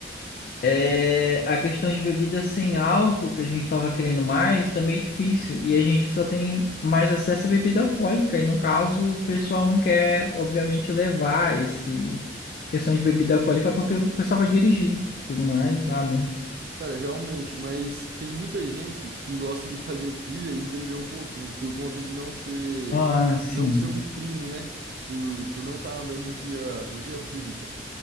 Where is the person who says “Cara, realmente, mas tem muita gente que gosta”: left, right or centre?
Right